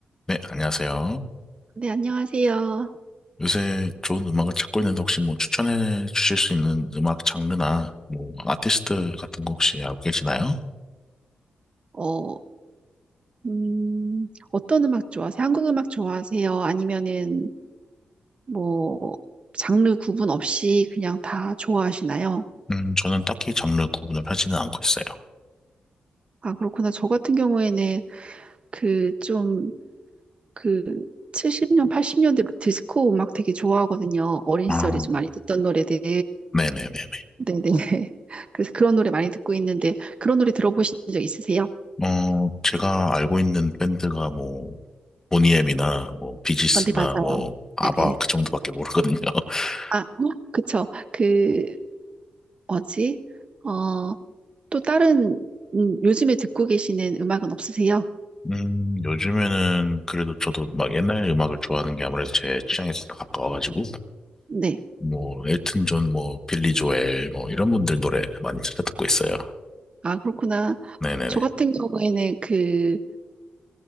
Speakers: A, on the left; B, on the right.
A: 네, 안녕하세요.
B: 네, 안녕하세요.
A: 요새 좋은 음악을 찾고 있는데 혹시 뭐 추천해 주실 수 있는 음악 장르나 뭐 아티스트 같은 거 혹시 알고 계시나요?
B: 어, 음, 어떤 음악 좋아하세요? 한국 음악 좋아하세요? 아니면은 뭐 장르 구분 없이 그냥 다 좋아하시나요?
A: 음, 저는 딱히 장르 구분을 하지는 않고 있어요.
B: 아, 그렇구나. 저 같은 경우에는 그 좀 그 70년, 80년대 디스코 음악 되게 좋아하거든요. 어린
A: 아,
B: 시절에 좀 많이 듣던 노래들.
A: 네네네네.
B: 네네. <laughs> 그래서 그런 노래 많이 듣고 있는데 그런 노래 들어보신 적 있으세요?
A: 어, 제가 알고 있는 밴드가 뭐 보니엠이나 뭐 비지스나
B: 아, 네, 맞아요.
A: 뭐 아바
B: 네네.
A: 그 정도밖에 모르거든요. <laughs>
B: 아, 그쵸. 그 뭐지? 어, 또 다른 음, 요즘에 듣고 계시는 음악은 없으세요?
A: 음, 요즘에는 그래도 저도 막 옛날 음악을 좋아하는 게 아무래도 제 취향에 더 가까워가지고
B: 네.
A: 뭐 엘튼 존, 뭐 빌리 조엘, 뭐 이런 분들 노래 많이 찾아 듣고 있어요.
B: 아, 그렇구나.
A: 네네네,
B: 저 같은 경우에는 그,